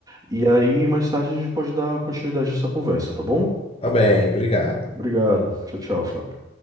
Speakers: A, on the right; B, on the left.
A: E aí, mais tarde, a gente pode dar continuidade a essa conversa, tá bom?
B: Tá bem, obrigado.
A: Obrigado. Tchau, tchau, Fábio.